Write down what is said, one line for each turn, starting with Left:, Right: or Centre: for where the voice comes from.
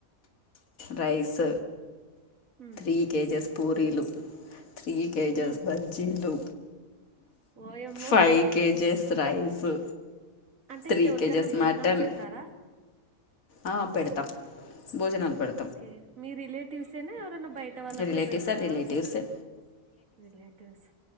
Left: రైస్
Right: హ్మ్
Left: త్రీ కేజెస్ పూరీలు త్రీ కేజెస్
Right: ఉమ్
Left: బజ్జీలు
Right: ఓయమ్మో
Left: ఫైవ్ కేజెస్ రైసు
Right: అంటే
Left: త్రీ
Right: ఎవరికన్నా
Left: కేజస్
Right: భోజనాలు
Left: మటన్
Right: పెడతారా
Left: ఆ పెడతా భోజనలు పెడ్
Right: ఓకే మీ రిలేటివ్స్ ఏనా బయట వాళ్ళకు
Left: రిలేటివ్సే
Right: కూడా పెడతారా
Left: రిలేటివ్సే
Right: రిలేటివ్స్